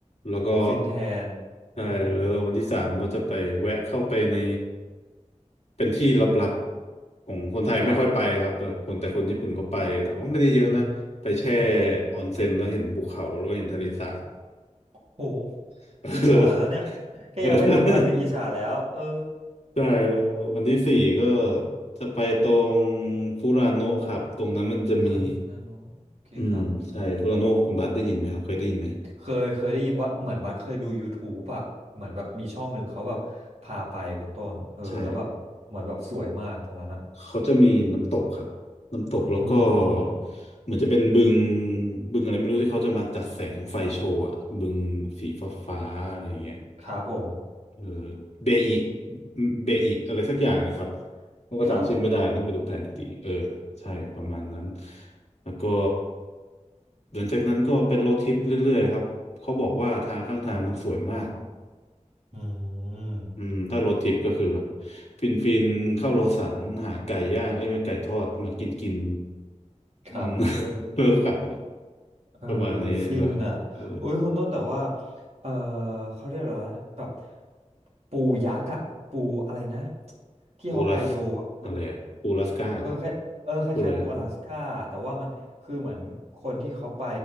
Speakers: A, on the left; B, on the right.
A: แล้วก็
B: โอ้ฟินแทนเออ
A: ใช่แล้วก็วันที่สามก็จะไปแวะเข้าไปในเป็นที่ลับๆของคนไทยไม่ค่อยไปครับแต่คนแต่คนญี่ปุ่นเขาไปแต่ว่าไม่ได้เยอะนะไปแช่
B: ครับอืมอืม
A: ออนเซ็นแล้วเห็นภูเขาแล้วเห็นทะเลสาบ
B: โห
A: <laughs> เออ
B: อิจฉาแล้วเนี่ย แค่ยังไม่ทันไปเลยอิจฉาแล้วเออ
A: เออ ใช่แล้ววันที่สี่ก็จะไปตรงฟูรานโนะครับตรงนั้นมันจะมี
B: อ่าฟูนาโนะโอเคครับ
A: อืมใช่ฟูรานโนคุณบัสได้ยินไหมครับเคยได้ยินไหม
B: เคยเคยได้ยินบัสเหมือนบัสเคยดู YouTube อะเหมือนแบบมีช่องหนึ่งเขาแบบพาไปคุณต้นเออแล้วแบบเหมือนแบบสวยมากตรงนั้นอะ
A: ใช่ เขาจะมีน้ำตกครับน้ำตกแล้วก็
B: อืมอืม
A: เหมือนจะเป็นบึงบึงอะไรไม่รู้ที่เขาจะมาจัดแสงไฟโชว์อะบึงสีฟ้าฟ้าอะไรอย่างเงี้ย
B: ครับผม
A: เออเบอิเบอิอะไรสักอย่างเนะครับผมก็จำชื่อไม่ได้ต้องไปดูแผนอีกทีเออ
B: ครับ
A: ใช่ประมาณนั้นแล้วก็หลังจากนั้นก็เป็นโรถทริปเรื่อยๆครับเขาบอกว่าทางข้างทางมันสวยมาก
B: อืม
A: อืมถ้ารถทิปก็คือแบบฟินฟินเข้าโลสันหาไก่ย่างไอ้ยไม่ไก่ทอดมากินกินอืม
B: ครับ
A: <laughs> แล้วก็กลับรถ
B: เออ
A: ประมาณนี้แล้วเออ
B: ฟินอะอุ้ยคุณต้นแต่ว่าเออเขาเรียกอะไรวะแบบปูยักษ์อะปูอะไรนะที่ฮอกไกโดอะเออ
A: ปูรัสอะไรอะปูรัสก้าเหรอ
B: เออคล้ายเออคล้ายๆปูอลาสก้าแต่ว่ามันคือเหมือนคนที่เขาไป
A: ปูอะไรอะครับ